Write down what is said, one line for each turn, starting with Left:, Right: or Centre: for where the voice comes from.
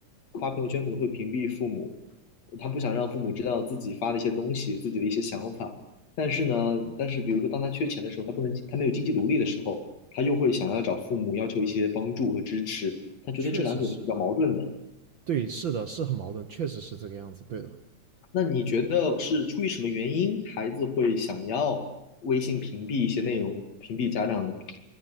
Left: 发朋友圈可能会屏蔽父母。他不想让父母知道自己发的一些东西，自己的一些想法。但是呢，但是比如说，当他缺钱的时候，他不能，他没有经济独立的时候，他又会想要找父母要求一些帮助和支持。他觉得这两种比较矛盾的。
Right: 确实是，对，是的，是很矛盾，确实是这个样子。对的，
Left: 那你觉得是出于什么原因，孩子会想要微信屏蔽一些内容，屏蔽家长呢？